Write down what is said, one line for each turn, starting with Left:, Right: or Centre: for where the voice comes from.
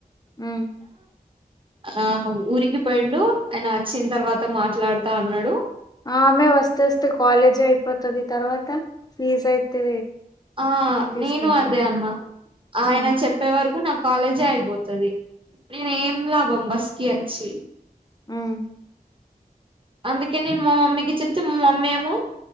Left: ఉమ్
Right: ఆ ఊరికి పోయిండు ఆయన వచ్చిన తర్వాత మాట్లాడుతా అన్నాడు
Left: ఆమె వస్తే వస్తే కాలేజీ అయిపోతాది తర్వాత ఫీజ అయితే
Right: ఆ
Left: తీసుకుంటారు
Right: నేను అదే అన్న ఆయన
Left: హ్మ్
Right: చెప్పే వరకు నాకు కాలేజే అయిపోతది నేను ఏం లాభం బస్కి వచ్చి
Left: ఉమ్
Right: అందుకే నేను మా మమ్మీకి చెప్తే మా మమ్మీ ఏమో